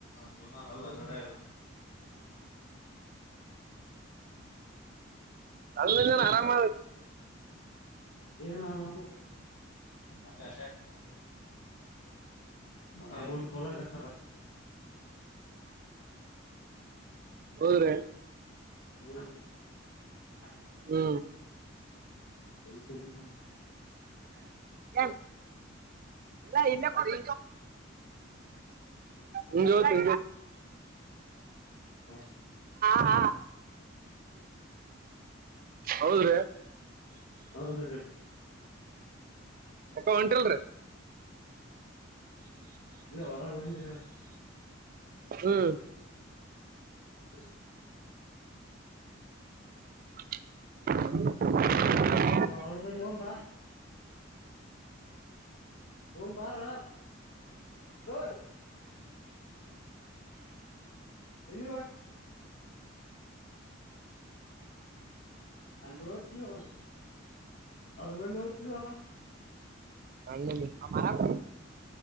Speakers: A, on the left; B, on the right.
A: ಜೀವನ ಹಾರ್ಡ್ಡಿ ಹನ್ನೆರಡು ಅಗೆದು
B: ಅಣ್ಣಲ್ಲಾನ ಆರಾಮಣ
A: ನ ಆರಾಮ ಮತ್ತೆ ಅ ಸಾಮನ್ ತೊಲಗತ್ತಾರ
B: ಹೌದ್ರೀ
A: ಹ
B: ಹ್ಮ
A: ಚಲ <unintelligible>
B: ಏನ್ ಇಲ್ಲ ಇಲ್ಲ ಹ್ಮ್ ನಿಂಗವತ್ತು
A: ಹಾ
B: ಹ್ಮ ಹೌದ್ರೀ
A: ಹೌದ ರೀ
B: ಅಕ್ಕ ಹೊಂಟಿಲ್ರಿ
A: ಹೊರ ಬಂದಿದ
B: ಹ್ಮ್
A: ಹ
B: <unintelligible>
A: ಅವ್ರ ಬ ಹೋಗಬಾ ಹೋಗನು ಬಾರ ಯ್ ಎಲ್ಲಿ ವತ್ತು ಅಲ್ಲಿ ಓತವ ಅವ್ರಲ್ಲಿ ಹತವ ಅಲ್ಲ
B: ಹ